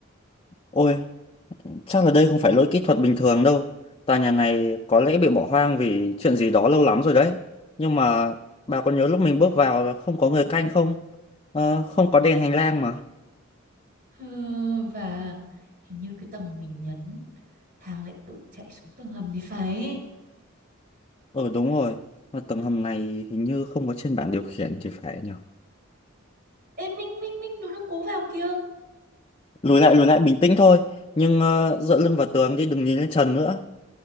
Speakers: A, on the left; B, on the right.
A: ôi chắc là đây không phải lỗi kỹ thuật bình thường đâu tòa nhà này có lẽ bị bỏ hoang vì chuyện gì đó lâu lắm rồi đấy nhưng mà bà có nhớ lúc mình bước vào là không có người canh không ờ không có đèn hành lang mà
B: ờ, và hình như cái tầng mình nhấn thang lại tự chạy xuống tầng hầm thì phải
A: ờ đúng rồi mà tầng hầm này hình như không có trên bảng điều khiển thì phải nhỉ
B: Ê Minh Minh Minh nó đang cố vào kìa
A: lùi lại lùi lại bình tĩnh thôi nhưng ờ, dựa lưng vào tường đi đừng nhìn lên trần nữa